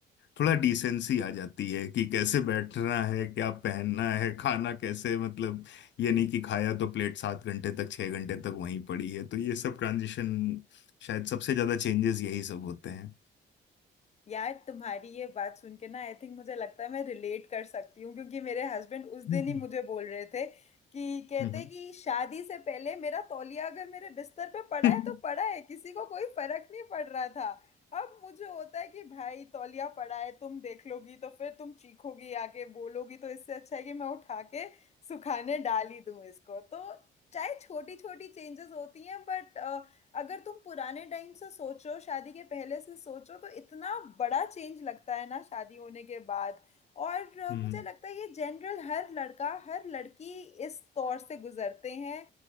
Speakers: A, on the left (about 65°); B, on the left (about 35°).
A: थोड़ा डिसेंसी आ जाती है कि कैसे बैठना है क्या पहनना है खाना कैसे मतलब ये नहीं कि खाया तो प्लेट सात घंटे तक छह घंटे तक वहीं पड़ी है तो ये सब ट्रांजिशन शायद सबसे ज्यादा चेंजेस यही सब होते हैं
B: यार तुम्हारी ये बात सुन के ना आई थिंक मुझे लगता है मैं रिलेट कर सकती हूँ क्योंकि मेरे हस्बैंड उस
A: हम्म
B: दिन ही मुझे बोल रहे थे कि कहते
A: हम्म हम्म
B: कि शादी से पहले मेरा तौलिया अगर मेरे बिस्तर पे पड़ा
A: <laughs>
B: है तो पड़ा है किसी को कोई फर्क नहीं पड़ रहा था अब मुझे होता है कि भाई तौलिया पड़ा है तुम देख लोगी तो फिर तुम चीखोगी आके बोलोगी तो इससे अच्छा है कि मैं उठा के सुखाने डाल ही दूं इसको तो चाहे छोटी छोटी चेंजेस होती हैं बट अगर तुम पुराने टाइम से सोचो शादी के पहले से सोचो तो इतना बड़ा चेंज लगता है ना शादी होने के बाद और अ,
A: हम्म,
B: मुझे लगता है ये जनरल हर लड़का हर लड़की इस दौर से गुजरते हैं